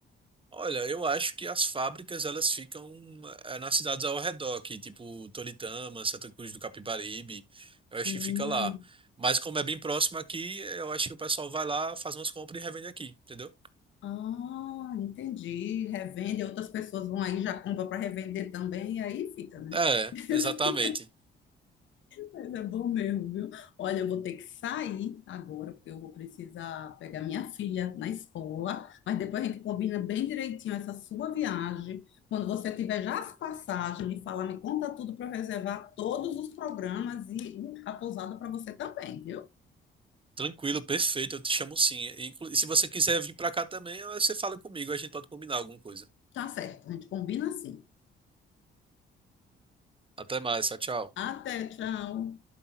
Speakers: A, on the right (about 25°); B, on the left (about 70°).
A: Olha, eu acho que as fábricas elas ficam eh, nas cidades ao redor, que tipo Toritama, Santa Cruz do Capibaribe, eu acho
B: Hum.
A: que fica lá. Mas como é bem próximo aqui, eu acho que o pessoal vai lá, faz umas compras e revende aqui, entendeu?
B: Ah, entendi. Revende, outras pessoas vão aí, já compra para revender também, e aí fica, né?
A: É,
B: <laughs>
A: exatamente.
B: Mas é bom mesmo, viu? Olha, eu vou ter que sair agora, porque eu vou precisar pegar minha filha na escola. Mas depois a gente combina bem direitinho essa sua viagem. Quando você tiver já as passagens, me fala, me conta tudo para eu reservar todos os programas e uh, a pousada para você também, viu?
A: Tranquilo, perfeito, eu te chamo sim. E, inclu- e se você quiser vir pra cá também, eh, você fala comigo, a gente pode combinar alguma coisa.
B: Tá certo, a gente combina assim.
A: Até mais, tchau, tchau.
B: Até, tchau.